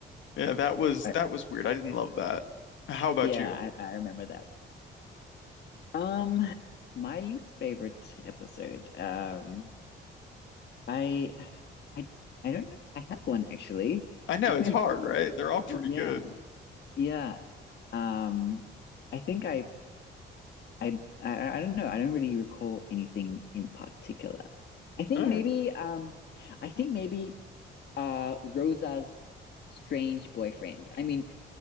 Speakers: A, on the left; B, on the left.
A: Yeah, that was
B: I,
A: that was weird. I didn't love that. How about
B: yeah,
A: you?
B: I, I remember that. Um, my least favorite episode. Um, I, I, I don't know if I have one actually.
A: I know it's
B: <laughs>
A: hard, right? They're all pretty
B: Yeah,
A: good.
B: yeah. Um, I think I, I, I, I don't know. I don't really recall anything in particular. I think
A: All
B: maybe,
A: right.
B: um, I think maybe. uh Rosa's strange boyfriend. I mean,